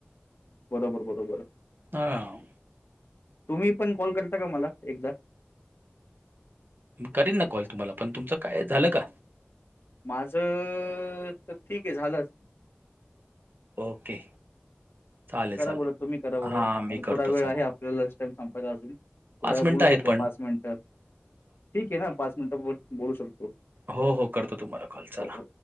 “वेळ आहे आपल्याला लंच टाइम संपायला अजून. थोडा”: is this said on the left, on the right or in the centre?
Left